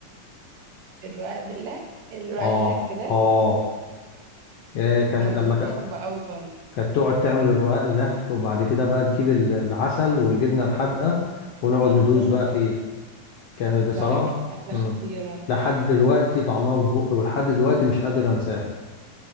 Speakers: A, on the right; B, on the left.
A: الرقاق بالله الرقاق
B: آه
A: اللحف ده
B: آه آه، كان
A: انا
B: لما
A: كنت بحبه قوي برضه
B: كانت تقعد تعمل الرقاق اللهف وبعد كده بقى تجيب ال- العسل والجبنة الحادقة ونقعد
A: الله
B: ندوس بقى فيه كانت
A: الصراحه
B: بصراحة
A: كانت اكله
B: مم.
A: خطيره
B: لحد دلوقتي طعمها في بقي ولحد دلوقتي مش قادر انساها